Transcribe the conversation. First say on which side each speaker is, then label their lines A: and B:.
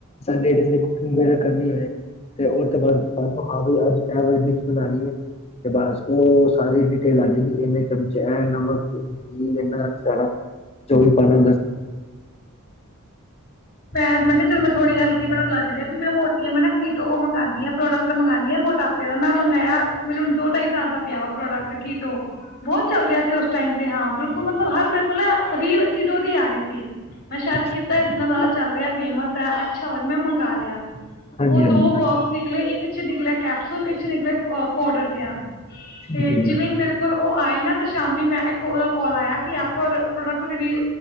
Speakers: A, on the left (about 30°); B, on the left (about 45°).
A: ਲੇਡੀਜ਼ ਨੇ ਕੁਕਿੰਗ ਵਗੈਰਾ ਕਰਨੀ ਹੋਏ। ਤੇ ਉਹ ਤੋਂ ਬਾਅਦ ਹਾਂ ਅੱਜ ਐਵਰੇ ਡਿਸ਼ ਬਣਾਣੀ ਹੈ। ਤੇ ਬਸ ਉਹ ਸਾਰੀ ਡਿਟੇਲ ਆ ਜਾਗੀ, ਇੰਨੇ ਚਮਚੇ ਐ ਨਮਕ ਇਹਨਾ ਸਾਰਾ ਚੌਵੀ ਪੰਜਾ
B: ਮੈਂ ਮੈਂ ਕਿ ਚਲ ਥੋੜੀ <unintelligible> ਬਣਨ ਲੱਗ ਜੇ। ਮੈ ਮੋਟੀ ਆ ਮੈ ਨਾ ਕੀਟੋ ਓ ਮੰਗਾਦੀ ਆ ਪ੍ਰੋਡਕਟ ਮੰਗਾਨੀ ਆ ਮੋਟਾਪੇ ਦਾ ਮੈਂ ਮੰਗਾਇਆ ਮੈਨੂੰ ਦੋ ਤ ਈ ਜਿਆਦਾ ਪਿਆ ਉਹ ਪ੍ਰੋਡਕਟ ਕੀਟੋ। ਬਹੁਤ ਚੱਲ ਰਿਆ ਸੀ, ਉਸ ਟਾਈਮ ਤੇ ਹਾਂ ਬਿਲਕੁਲ ਮਤਲਬ ਹਰ ਮੇਰੇ ਕੋਲ ਨਾ ਰੀ ਤੋਂ ਉਹਦੀ ਆ ਰਹੀ ਸੀ, ਮੈਂ ਸ਼ਾਇਦ
A: ਅੱਛਾ
B: ਕੀਤਾ
A: ਜੀ
B: ਇੰਤਨਾ
A: ਅੱਛਾ
B: ਜਿਆਦਾ ਚੱਲ ਰਿਆ ਫੇਮਸ ਅੱਛਾ ਹੋਏ ਮੈ ਮੰਗਾ ਲਿਆ।
A: ਹਾਂਜੀ
B: ਉਹ
A: ਹਾਂਜੀ
B: ਦੋ ਬੋਕਸ ਨਿਕਲੇ, ਇੱਕ ਚ ਨਿਕਲਿਆ ਕੈਪਸੂਲ ਇੱਕ ਚ ਨਿਕਲੇ ਅ ਪੋਡਰ ਜਿਆ,
A: ਠੀਕ
B: ਤੇ
A: ਹੈ ਜੀ
B: ਜਿਵੇਂ ਮੇਰੇ ਕੋਲ ਉਹ ਆਏ ਨਾ, ਤੇ ਸ਼ਾਮੀ ਮੈਂ ਇੱਕ ਉਹਦਾ ਕੋਲ ਆਇਆ ਕਿ ਆਪਕੋ ਓਰ ਪ੍ਰੋਡਕਟ ਰਵੀਲ